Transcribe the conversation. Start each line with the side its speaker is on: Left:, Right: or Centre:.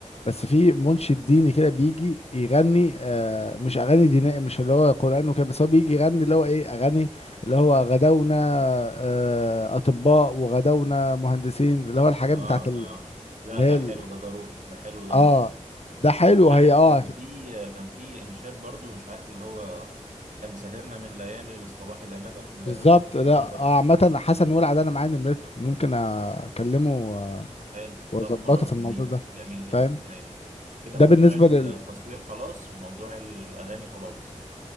Left: بس في منشد ديني كده بيجي يغني آه مش اغاني دينية مش اللي هو قرآن وكده بس هو بيجي يغني اللي هو ايه اغاني اللي هو غدونا آه اطباء وغدونا مهندسين اللي هو الحاجات
Right: آه
Left: بتاعت ال-
Right: آه لا
Left: اللي هي
Right: لا
Left: ال-
Right: حلو ده ضروري ده حلو ده نجيب
Left: اه ده حلو
Right: عارف
Left: هي اه
Right: كان في كان في إنشاد برضو مش عارف اللي هو كم سهرنا من ليالي للصباح لا ندم
Left: بالظبط
Right: لا ننم الكلام
Left: لا
Right: ده
Left: آه عامة حسن ولع ده انا معايا نمرته ممكن اكلمه و-
Right: حلو
Left: واظبطه
Right: طب خلاص
Left: في
Right: جميل
Left: الموضوع ده
Right: جميل جدا
Left: فاهم
Right: ماشي كده
Left: ده
Right: موضوع
Left: بالنسبة لل
Right: التصوير خلاص وموضوع الأغاني خلاص